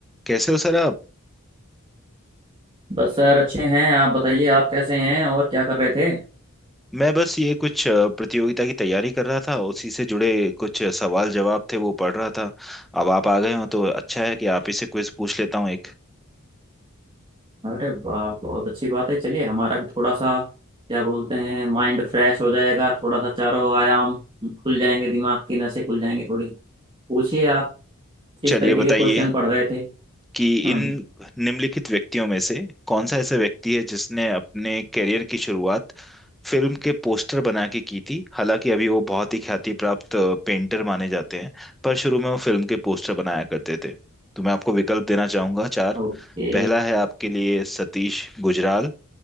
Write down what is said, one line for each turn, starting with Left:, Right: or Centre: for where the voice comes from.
Centre: कैसे हो सर आप
Right: बस सर अच्छे हैं आप बताइए आप कैसे हैं और क्या कर रहे थे
Centre: मैं बस ये कुछ अ, प्रतियोगिता की तैयारी कर रहा था उसी से जुड़े कुछ सवाल जवाब थे वो पढ़ रहा था अब आप आ गए हो तो अच्छा है कि आप ही से क्विज पूछ लेता हूँ एक
Right: अरे वाह बहुत अच्छी बात है चलिए हमारा भी थोड़ा सा क्या बोलते हैं माइंड फ्रेश हो जाएगा थोड़ा सा चारों आयाम खुल जाएंगे दिमाग की नसें खुल जाएंगी थोड़ी पूछिए आप किस
Centre: चलिए
Right: तरीके
Centre: बताइए
Right: के क्वेश्चन पढ़ रहे थे
Centre: कि
Right: हम्म
Centre: इन निम्नलिखित व्यक्तियों में से कौन सा ऐसा व्यक्ति है जिसने अपने करियर की शुरुआत फिल्म के पोस्टर बना के की थी हालांकि अभी वो बहुत ही ख्याति प्राप्त पेंटर माने जाते हैं पर शुरू में वो फिल्म के पोस्टर बनाया करते थे तो मैं आपको विकल्प देना चाहूंगा चार
Right: ओके
Centre: पहला है आपके लिए सतीश गुजराल